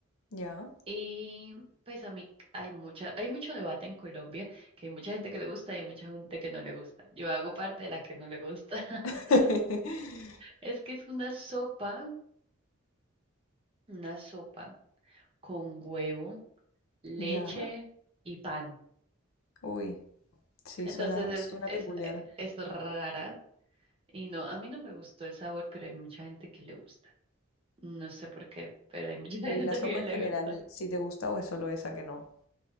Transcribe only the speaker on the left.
Ya.
<laughs>
Ya.
Uy, sí,
suena, suena
peculiar.
Pero ¿y la sopa
en general,
si te gusta o es solo esa que no?